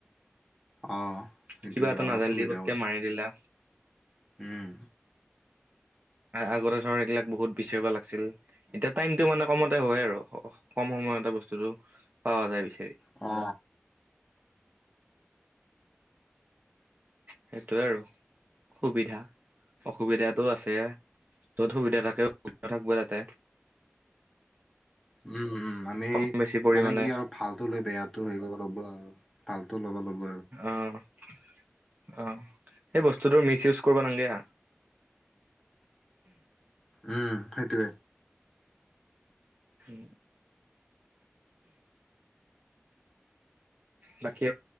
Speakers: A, in the centre; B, on the right.
A: অ এইটো
B: কিবা এটা
A: অলপ
B: নাজানিলি
A: সুবিধা
B: পতকে মাৰি দিলা
A: উম
B: আগতে ধৰ এইবিলাক বহুত বিচাৰবা লাগিছিল এতিয়া টাইমতটো মানে কমতে হয় আৰু কম সময়তে বস্তুতটো পাৱা যায় বিচাৰি
A: অ
B: সেইটোৱে আৰু সুবিধা অসুবিধাটো আছে যত সুবিধা থাকেবিধা থাকিব তাতে
A: উম উম আমি
B: কম বেছি পৰিমাণে
A: মানে কি আৰু ভালটো লৈ বেয়াাতটো হৈ গ ল'ব আৰু তালটো ল'ব ল'ব
B: অ অ সেই বস্তুটোৰ মিচ ইউজ কৰিব নাগে
A: উম সেইটোৱে
B: কি বাকী